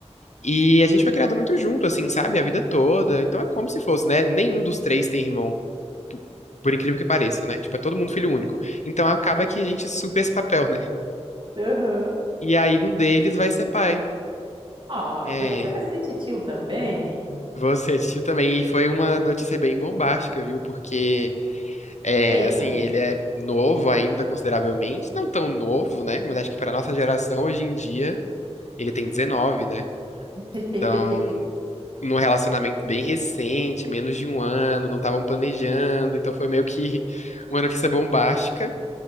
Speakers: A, on the left; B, on the right.
A: E a gente foi criado muito junto, assim, sabe? A vida toda, então é como se fosse, né? Nenhum dos três tem irmão. po- Por incrível que pareça, né? Tipo, é todo mundo filho único. Então acaba que a gente supera esse papel, né?
B: Aham.
A: E aí um deles vai ser pai.
B: Ah,
A: É,
B: então você vai ser titio também?
A: Você assistiu também, e foi uma notícia bem bombástica, viu? Porque, é,
B: Eita!
A: assim, ele é novo ainda, consideravelmente. Não tão novo, né? Mas acho que para nossa geração, hoje em dia, ele tem 19, né?
B: <laughs>
A: Então, num relacionamento bem recente, menos de um ano, não estavam planejando. Então, foi meio que <laughs> uma notícia bombástica.